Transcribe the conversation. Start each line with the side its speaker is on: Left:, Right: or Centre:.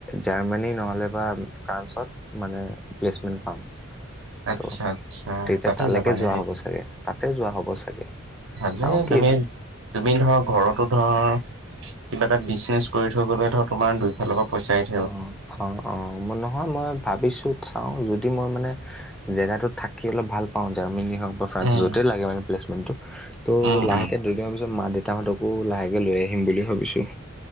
Centre: জাৰ্মানী নহ'লে বা ফ্ৰান্সত মানে প্লেচমেণ্ট পাম।
Right: আচ্ছা
Centre: ত'
Right: আচ্ছা
Centre: তেতিয়া
Right: তাতে
Centre: তালেকে
Right: যাবা নেকি
Centre: যোৱা হ'ব চাগে তাতে যোৱা হ'ব চাগে।
Right: ভালে
Centre: চাওঁ কি
Right: তুমি
Centre: হয়
Right: তুমি ধৰ ঘৰতো ধৰ কিবা এটা বিজনেচ কৰি থৈ গলে ধৰ তোমাৰ দুই ফালপা পইচাই
Centre: অ, হ' অ, নহয় মই ভাবিছো চাওঁ যদি মই মানে জেগাতোত থাকি অলপ ভাল পাওঁ জাৰ্মানী হওঁক বা ফ্ৰান্স
Right: উম
Centre: য'তেই লাগে মানে প্লেছমেণ্টটো ত'
Right: উম
Centre: লাহেকে
Right: উম।
Centre: দুদিন মান পিছত মা দে উতা হঁতকো লাহেকে লৈ আহিম বুলি ভাবিছোঁ।